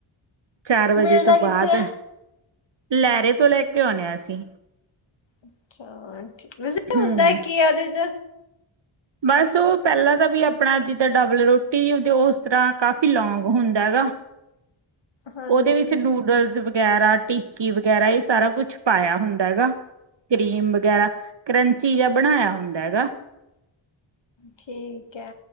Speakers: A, on the right; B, on the left.
A: ਚਾਰ ਵਜੇ
B: ਮਿਲਦਾ
A: ਤੋਂ ਬਾਦ,
B: ਕਿੱਥੇ ਹੈ
A: ਲੈਰੇ ਤੋਂ ਲੈ ਕੇ ਆਉਨੇ ਆ ਅਸੀਂ।
B: ਅੱਛਾ ਵੈਸੇ
A: ਹਮ
B: ਹੁੰਦਾ ਕੀ ਆ ਓਦੇ ਚ?
A: ਬਸ ਓ ਪੈਲਾਂ ਤਾਂ ਵੀ ਆਪਣਾ ਜਿੱਦਾਂ ਡਬਲ ਰੋਟੀਦੀ ਉਸ ਤਰ੍ਹਾਂ ਕਾਫ਼ੀ ਲੋਂਂਗ ਹੁੰਦਾ ਹੈਗਾ
B: ਹਾਂਜੀ
A: ਓਦੇ ਵਿੱਚ ਨੂਡਲਸ ਵਗੈਰਾ ਟੀਕੀ ਵਗੈਰਾ ਰੇ ਸਾਰਾ ਕੁਛ ਪਾਇਆ ਹੁੰਦਾ ਹੈਗਾ। ਕਰੀਮ ਵਗੈਰਾ, ਕਰੰਚੀ ਜ ਬਣਾਇਆ ਹੁੰਦਾ ਹੈਗਾ।
B: ਠੀਕ ਐ